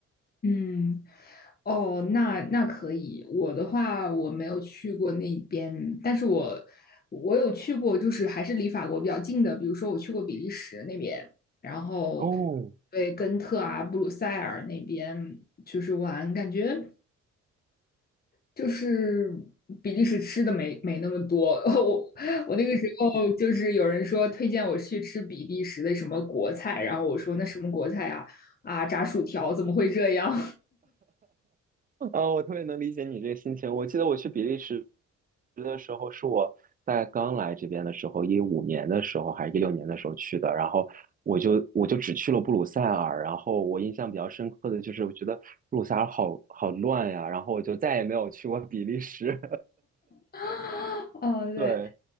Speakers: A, on the left (about 30°); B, on the right (about 30°).
A: 嗯，哦，那那可以。我的话，我没有去过那边，但是我我有去过，就是还是离法国比较近的，比如说我去过比利时那边，然后
B: 哦，
A: 对根特啊、布鲁塞尔那边就是玩，感觉就是比利时吃的没没那么多。<laughs> 我我那个时候就是有人说推荐我去吃比利时的什么国菜，然后我说那什么国菜呀、啊？炸薯条怎么会这样？
B: 啊，我特别能理解你这个心情。我记得我去比利时的时候，是我在刚来这边的时候，一五年的时候还是一六年的时候去的，然后。我就我就只去了布鲁塞尔，然后我印象比较深刻的就是，我觉得布鲁塞尔好好乱呀，然后我就再也没有去过比利时。
A: <laughs> 哦，
B: <laughs>
A: 对
B: 对，